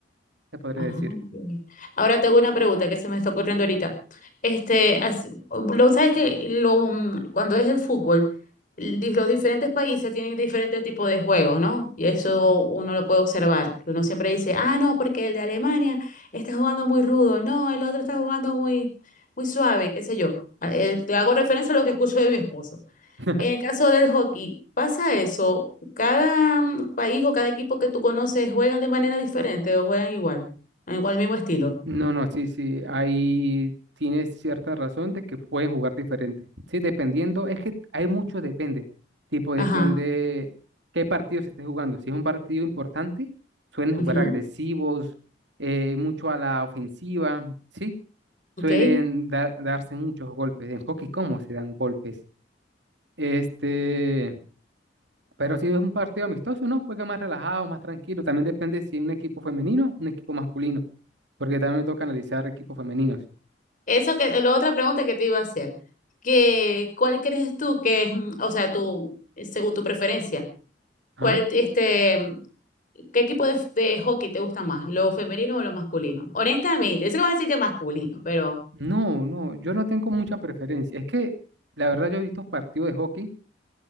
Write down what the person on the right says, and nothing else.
se podría
decir.
<laughs>
No, no, sí, sí, ahí tienes cierta razón de que pueden jugar diferente. Sí, dependiendo, es que hay mucho depende. Tipo, depende
qué partido se esté jugando. Si es un partido importante, suelen
jugar agresivos, eh, mucho a la ofensiva, ¿sí? Suelen
da- darse muchos golpes. En hockey, ¿cómo se dan golpes? Este, pero si es un partido amistoso, no, juega más relajado, más tranquilo. También depende si es un equipo femenino, un equipo masculino porque también me toca analizar equipos femeninos.
Ah,
no, no, yo no tengo mucha preferencia. Es que la verdad yo he visto partidos de hockey